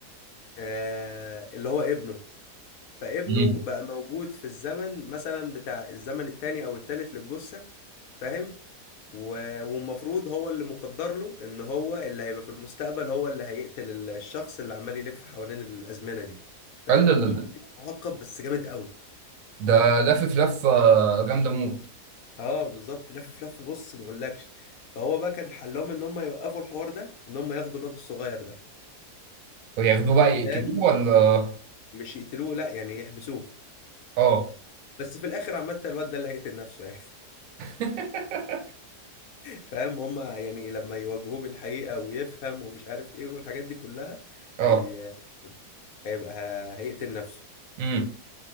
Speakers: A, on the left (about 70°); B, on the right (about 65°).
A: آه اللي هو ابنه فابنه
B: امم
A: بقى موجود في الزمن مثلا بتاع الزمن التاني او التالت للجثة فاهم و- والمفروض هو اللي مقدر له ان هو اللي هيبقى في المستقبل هو اللي هيقتل ال- الشخص اللي عمال يلف حوالين الازمنة دي فاهم
B: قال لا لا
A: هو
B: لا.
A: حوار كده معقد بس جامد قوي
B: ده لافف لفه جامده موت
A: اه بالظبط لف لفه بص ما اقولكش فهو بقى كان حلهم ان هم يوقفوا الحوار ده ان هم ياخدوا الواد الصغير ده
B: وياخدوه بقى يقتلوه
A: لان
B: ولا
A: مش يقتلوه لا يعني يحبسوه
B: اه
A: بس في الاخر عامه الواد ده اللي هيقتل نفسه يعني
B: <laughs>
A: فاهم هما يعني لما يواجهوه بالحقيقة ويفهم ومش عارف ايه والحاجات دي كلها
B: اه
A: هي... هيبقى هيقتل نفسه
B: امم